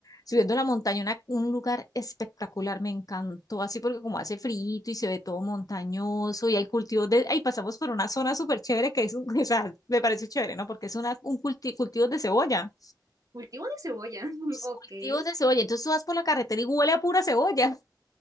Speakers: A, on the left; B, on the right.
A: subiendo la montaña, una- un lugar espectacular, me encantó, así porque como hace frío y se ve todo montañoso, y hay cultivos de, ahí pasamos por una zona súper chévere que es, un- <laughs> o sea, me parece chévere, ¿no? Porque es una, un culti cultivo de cebolla,
B: Cultivo de cebolla, <laughs> ok.
A: cultivos
B: Ay,
A: de cebolla, entonces tú vas por la carretera y huele a pura cebolla.